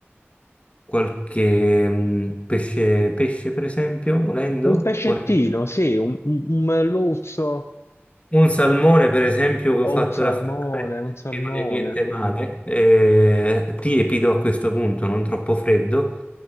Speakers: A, on the left; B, on the left.
A: qualche mm, pesce, pesce per esempio, volendo,
B: un pescettino,
A: Volendo.
B: sì, un, un, un merluzzo
A: un salmone per esempio che ho
B: o
A: fatto
B: un salmone,
A: raffreddare,
B: un salmone.
A: che non è niente male, eh, tiepido a questo punto, non troppo freddo,